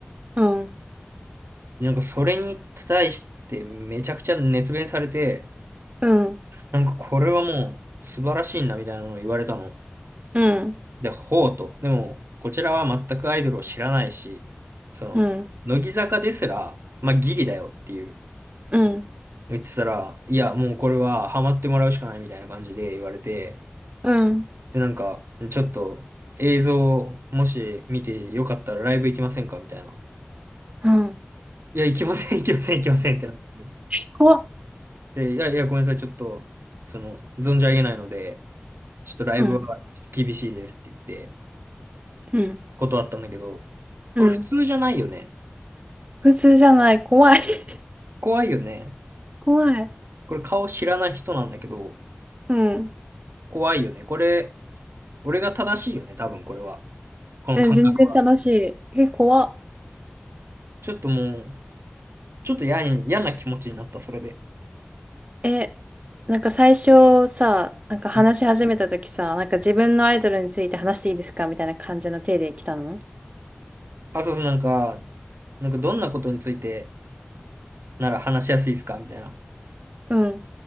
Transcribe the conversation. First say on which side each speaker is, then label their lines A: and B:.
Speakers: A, on the right; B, on the right.
A: うん、
B: う、なんかそれに対してめちゃくちゃ熱弁されて、
A: うん、
B: なんかこれはもう素晴らしいんだみたいなのを言われたの。
A: うん、
B: でほうと。でも、こちらは全くアイドルを知らないし、その、
A: うん、
B: 乃木坂ですら、まあ、ギリだよっていう、
A: うん、
B: 言ってたら、いや、もうこれはハマってもらうしかないみたいな感じで言われて、
A: うん、
B: で、なんか、ちょっと映像、もし見てよかったらライブ行きませんかみたいな。
A: うん。
B: いや、行きません、行きません、行きませんってなって。
A: 怖っ。
B: で、いやいや、ごめんなさい、ちょっと、その、存じ上げないので、ちょっとライブはちょっと厳しいですって言って、
A: うん、うん、
B: 断ったんだけど、
A: うん。
B: これ普通じゃないよね。
A: 普通じゃない。怖い。<laughs>
B: 怖いよね。
A: 怖い。
B: これ顔知らない人なんだけど、
A: うん。
B: 怖いよね。これ、俺が正しいよね、多分これは。この感覚は。
A: え、全然楽しい。え、怖っ。
B: ちょっともう、ちょっと嫌に、嫌な気持ちになった、それで。
A: え、なんか最初さ、なんか話し始めた時さ、
B: うん
A: なんか自分のアイドルについて話していいですかみたいな感じの手で来たの
B: あ、そうそう、なんか、なんかどんなことについてなら話しやすいですかみたいな
A: うん。